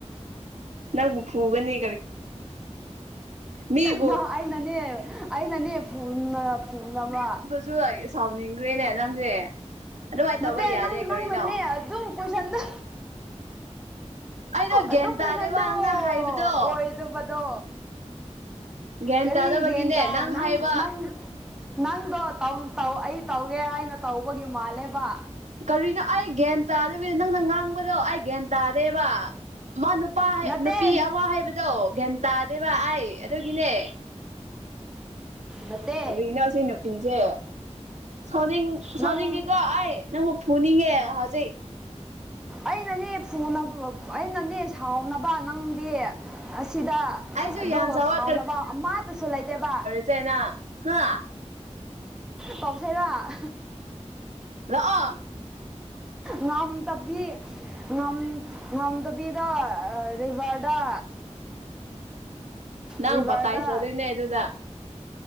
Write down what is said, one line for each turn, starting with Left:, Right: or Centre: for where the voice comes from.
Right: ꯅꯪꯕꯨ ꯄꯨꯒꯅꯤ ꯃꯤꯕꯨ
Centre: ꯅ ꯑꯩꯅꯅꯦ ꯑꯪꯅꯅꯦ ꯄꯨꯟꯅ ꯄꯨꯅꯕ
Right: ꯁꯨ ꯁꯥꯎꯅꯤꯡꯈ꯭ꯔꯦꯅꯦ ꯅꯪꯁꯦ ꯑꯗꯨꯃꯥꯏꯅ
Centre: ꯅꯠꯇꯦ
Right: ꯇꯧꯕ ꯌꯥꯗꯦ
Centre: ꯅꯪ ꯅꯪꯅꯅꯦ
Right: ꯀꯔꯤꯅꯣ
Centre: ꯑꯗꯨꯝ ꯀꯣꯏꯁꯟꯗ
Right: ꯑꯩꯗꯣ ꯒ꯭ꯌꯥꯟ
Centre: ꯑꯗꯨ
Right: ꯇꯥꯗꯦꯕ
Centre: ꯀꯨꯁꯟꯗꯣ
Right: ꯅꯪꯅ ꯍꯥꯏꯕꯗꯣ
Centre: ꯑꯣꯏꯗꯕꯗꯣ
Right: ꯒ꯭ꯌꯥꯟ
Centre: ꯀꯔꯤ
Right: ꯇꯥꯗꯕꯒꯤꯅꯦ
Centre: ꯌꯦꯟꯗ ꯅꯪ
Right: ꯍꯥꯏꯕ
Centre: ꯅꯪ ꯅꯪꯗꯣ ꯑꯩ ꯇꯧꯒꯦ ꯍꯥꯏꯅ ꯇꯧꯕꯒꯤ ꯃꯥꯜꯂꯦꯕ
Right: ꯀꯔꯤꯅꯣ ꯑꯩ ꯒ꯭ꯌꯥꯟ ꯇꯥꯗꯕꯤꯗ ꯅꯪꯅ ꯉꯥꯡꯕꯗꯣ ꯑꯩ ꯒ꯭ꯌꯥꯟ ꯇꯥꯗꯦꯕ ꯃꯥ ꯅꯨꯄꯥ
Centre: ꯅꯠꯇꯦ
Right: ꯅꯨꯄꯤ ꯑꯃ ꯍꯥꯏꯕꯗꯣ ꯒ꯭ꯌꯥꯟ ꯇꯥꯗꯦꯕ ꯑꯩ ꯑꯗꯨꯒꯤꯅꯦ
Centre: ꯅꯠꯇꯦ
Right: ꯀꯔꯤꯅꯣ ꯁꯤ ꯅꯨꯄꯤꯁꯦ ꯁꯧꯅꯤꯡ ꯁꯧꯅꯤꯡꯉꯤꯀꯣ
Centre: ꯅꯪ
Right: ꯑꯩ ꯅꯪꯕꯨ ꯐꯨꯅꯤꯡꯉꯦ ꯍꯧꯖꯤꯛ
Centre: ꯑꯩꯅꯅꯦ ꯐꯨꯅꯕ ꯑꯩꯅꯅꯦ ꯁꯥꯎꯅꯕ ꯅꯪꯗꯤ ꯑꯁꯤꯗ
Right: ꯑꯩꯁꯨ
Centre: ꯑꯗꯣ
Right: ꯌꯥꯝ ꯆꯥꯎꯋꯦ
Centre: ꯁꯥꯎꯅꯕ ꯑꯃꯇꯁꯨ ꯂꯩꯇꯦꯕ
Right: ꯇꯦꯅ ꯍꯥ
Centre: ꯇꯧꯁꯦꯔꯥ
Right: ꯂꯑꯣ
Centre: ꯉꯝ ꯇꯞꯕꯤ ꯉꯝ ꯉꯝꯗꯕꯤꯗ ꯔꯤꯚꯔꯗ
Right: ꯅꯪ
Centre: ꯔꯤꯚꯔꯗ
Right: ꯕꯞꯇꯥꯏꯁ ꯇꯧꯗꯣꯏꯅꯦ ꯑꯗꯨꯗ